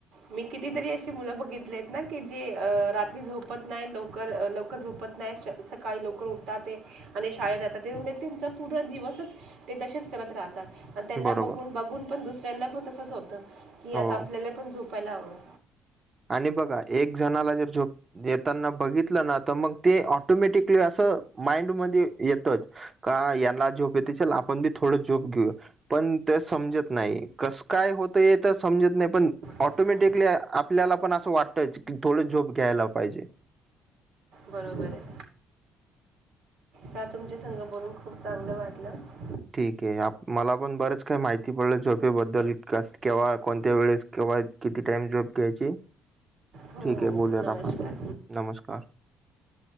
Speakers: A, on the right; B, on the right.
A: मी कितीतरी अशी मुलं बघितली आहेत. ना की जे रात्री झोपत नाही लवकर लवकर झोपत नाही सकाळी लवकर उठतात. ते आणि शाळेत जात म्हणजे त्यांचा पूर्ण दिवस तसेच करत राहतात. त्यांना
B: बरोबर
A: बघून बघून. पण दुसऱ्यांना पण तसच होतं की
B: हो.
A: आता आपल्याला पण झोपायला हवं.
B: आणि बघा एक जणाला जर झोप येताना बघितलं ना तर मग ते ऑटोमॅटिकली असं माइंडमध्ये येतच. का याला झोप येत चल आपण बी थोडं झोप घेऊ या. पण ते समजत ना य कसं काय? होत हे तर समजत नाही पण
A: होय,
B: ऑटोमॅटिकली पण असं वाटत की थोडं झोप घ्यायला पाहिजे.
A: बरोबर आहे. चा तुमचे संघ बोलून खूप चांगलं वाटलं.
B: ठीक आहे मला पण बरच काही माहिती पडलं झोपेबद्दल केव्हा कोणत्या वेळेस केव्हा किती टाईम झोप घ्यायची
A: हो
B: ठीक
A: हो
B: आहे बोलूयात
A: नमस्कार
B: आपण नमस्कार.